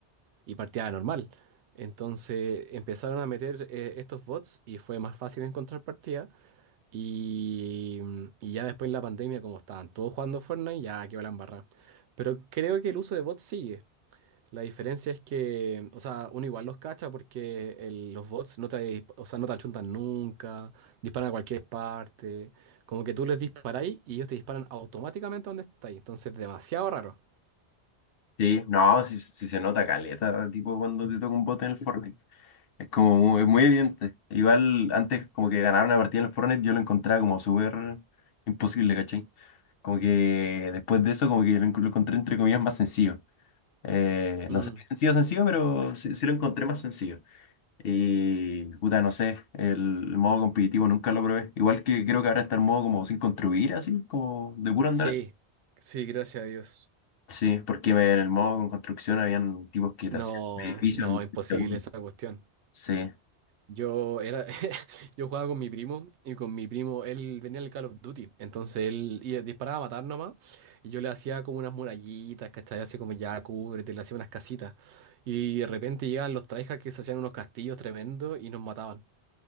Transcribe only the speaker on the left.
Sí, no, sí, sí se nota caleta, tipo cuando te toca un bot en el <laughs> Fortnite. Es como muy, es muy evidente. Igual antes como que ganar una partida en el Fortnite yo lo encontraba como súper imposible, ¿cachai? Como que después de eso como que lo, enco- lo encontré entre comillas más sencillo. Eh,
no sé, sencillo, sencillo, pero sí, sí lo encontré más sencillo. Y, puta, no sé, el, modo competitivo nunca lo probé. Igual que creo que ahora está el modo como sin construir, así, como de puro andar.
Sí, porque me- en el modo con construcción habían tipos que te
hacían edificios
en
segundo.
Sí,